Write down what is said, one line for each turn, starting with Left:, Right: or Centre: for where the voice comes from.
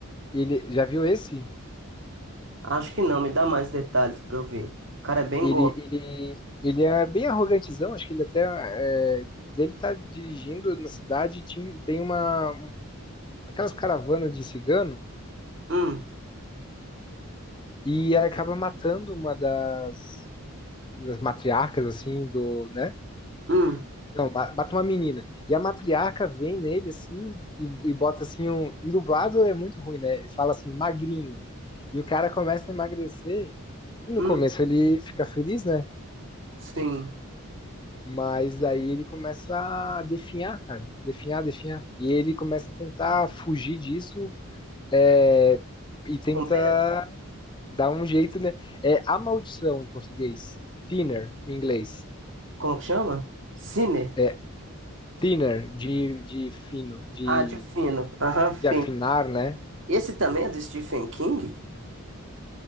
Left: ele já viu esse?
Right: Acho que não, me dá mais detalhes pra eu ver. O cara é bem
Left: Ele,
Right: gordo.
Left: ele, ele é bem arrogantezão, acho que ele até é, ele tá dirigindo na cidade, tin- tem uma aquelas caravanas de cigano
Right: Hum,
Left: e acaba matando uma das, das matriarcas assim do, né?
Right: hum,
Left: Não, ma- mata uma menina. E a matriarca vem nele assim e, e bota assim um. Em dublado é muito ruim, né? E Fala assim, magrinho. E o cara começa a emagrecer. E no
Right: hum,
Left: começo ele fica feliz, né?
Right: sim.
Left: Mas daí ele começa a definhar, cara. Definhar, definhar. E ele começa a tentar fugir disso é, e tenta
Right: Comendo?
Left: dar um jeito, né? É a maldição em português. Thinner, em inglês.
Right: Como que chama? Sinner.
Left: É thinner, de, de fino, de,
Right: Ah, de fino. Aham, fino.
Left: de afinar, né?
Right: Esse também é do Stephen King?